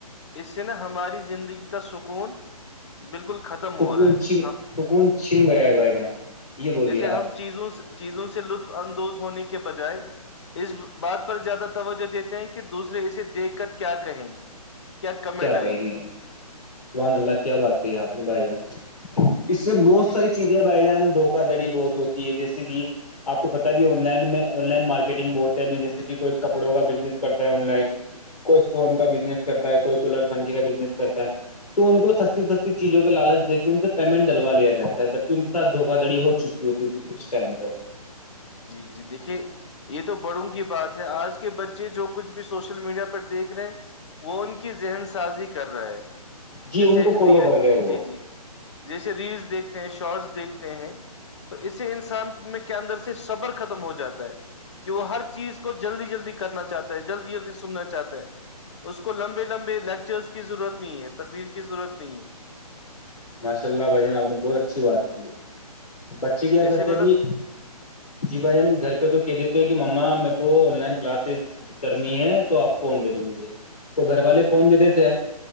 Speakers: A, on the left (about 45°); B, on the left (about 75°).
A: اس سے نا ہماری زندگی کا سکون بالکل ختم
B: سکون
A: ہو رہا ہے
B: چھن
A: ہم
B: سکون چھن گیا ہے بھائی جان یہ بولیے
A: جیسے
B: آپ
A: ہم چیزوں سے چیزوں سے لطف اندوز ہونے کے بجائے اس بات پر زیادہ توجہ دیتے ہیں کہ دوسرے اسے دیکھ کر کیا کہیں گے کمنٹ
B: کیا
A: آئے
B: کہیں
A: گی
B: گے سبحان اللہ کیا بات کہی آپ نے بھائی جان اس سے بہت ساری
A: جی جی
B: چیزیں بھائی جان دھوکا دھڑی بہت ہوتی ہے جیسے کہ آپ کو پتا ہے بھی آن لائن میں آن لائن مارکیٹنگ بہت ہے ا جیسے کہ کوئی کپڑوں کا بزنس کرتا ہے آن لائن کوئی فون کا بزنس کرتا ہے کوئی کولر پنکھی کا بزنس کرتا ہے تو ان کو سستی سستی چیزوں کے لالچ دے کے ان سے پیمنٹ ڈلوا لیا جا ہے جبکہ ان کے ساتھ دھواڑی ہو چکی کہ اس ٹائم کا
A: جی جی دیکھیے یہ تو بڑوں کی بات ہے آج کے بچے جو کچھ بھی سوشل میڈیا پر دیکھ رہے ہیں وہ ان کی ذہن سازی کر رہا ہے
B: جی
A: جیسے
B: ان کو فالو
A: ریڑ
B: کر رہے ہیں وہ
A: جی جی جیسے ریلس دیکھتے ہیں شارٹس دیکھتے ہیں تو اسے انسان میں کیا اندر سے صبر ختم ہو جاتا ہے جو ہر چیز کو جلدی جلدی کرنا چاہتا ہے جلدی جلدی سننا چاہتا ہے اس کو لمبے لمبے لیکچرس کی ضرورت نہیں ہے تقریر کی ضرورت نہیں ہے
B: ماشاء اللہ بھائی جان آپ نے بہت اچھی بات کی ہے بچے کیا
A: جیسے
B: کرتے
A: مطلب
B: ابھی جی بھائی جان گھر پہ تو کہ دیتے ہیں کہ ممما میر کو آن لائن کلاس کرنی ہے تو آپ فون دے دو دو مجھے تو گھر والے فون بھی دیتے ہیں